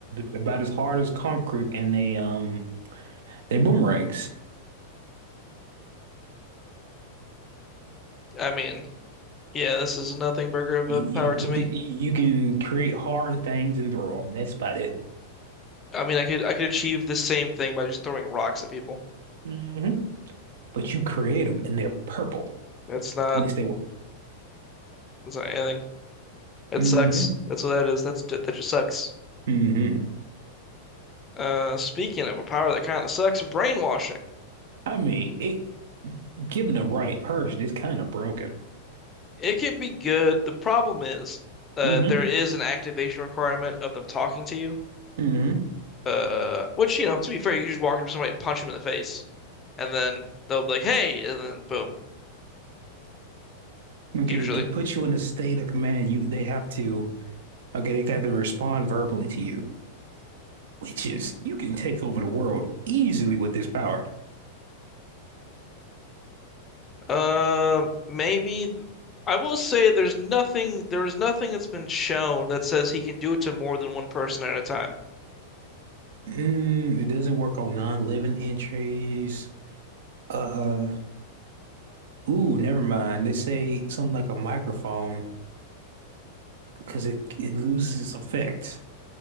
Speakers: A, on the right; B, on the left.
A: about as hard as concrete, and they um they're boomerangs.
B: I mean, yeah, this is nothing burger of
A: You,
B: a
A: you,
B: power to
A: you
B: me.
A: can you can create hard things and throw them. That's about it.
B: I mean, I could I could achieve the same thing by just throwing rocks at people.
A: hmm But you create them and they're purple.
B: That's not
A: At least they were.
B: that's not anything. It
A: hmm
B: sucks. That's what that is. That's that just sucks.
A: hmm
B: Uh, speaking of a power that kind of sucks, brainwashing.
A: I mean, it given the right person, it's kind of broken.
B: It can be good. The problem is, uh,
A: hmm
B: there is an activation requirement of them talking to you.
A: hmm
B: Uh, which you know, to be fair, you can just walk up to somebody, punch them in the face, and then they'll be like, "Hey," and then boom.
A: Okay,
B: Usually.
A: it can put you in a state of command. You they have to okay, they have to respond verbally to you, which is you can take over the world easily with this power.
B: Um, maybe I will say there's nothing there is nothing that's been shown that says he can do it to more than one person at a time.
A: Mm, it doesn't work on non-living entries. Uh, ooh, never mind. They say something like a microphone because it it loses its effect.